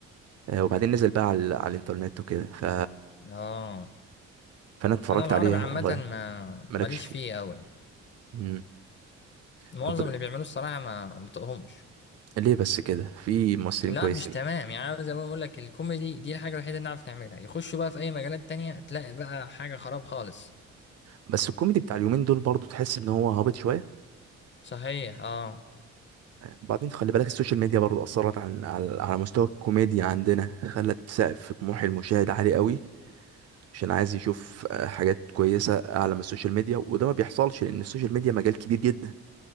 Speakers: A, on the right (about 55°); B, on the left (about 40°).
A: آه، وبعدين نزل بقى على, على الانترنت وكده ف...
B: اه
A: فانا اتفرجت
B: انا العربي
A: عليه
B: عامه
A: اونلاين
B: ما
A: مالكش
B: ماليش
A: فيه
B: فيه قوي
A: مم.
B: معظم
A: طب
B: اللي بيعملوه الصراحه ما بطقهمش
A: ليه بس كده في ممثلين
B: لا
A: كويسين
B: مش تمام يعني أنا زي ما بقول لك الكوميدي دي الحاجه الوحيده اللي نعرف نعملها يخشوا بقى في اي مجالات تانية تلاقي بقى حاجه خراب خالص
A: بس الكوميدي بتاع اليومين دول برضو تحس ان هو هابط شويه
B: صحيح اه
A: بعدين خلي بالك السوشيال ميديا برضو اثرت على على على مستوى الكوميديا عندنا خلت سقف طموح المشاهد عالي قوي عشان عايز يشوف آه، حاجات كويسة أعلى من السوشيال ميديا وده ما بيحصلش لأن السوشيال ميديا مجال كبير جدا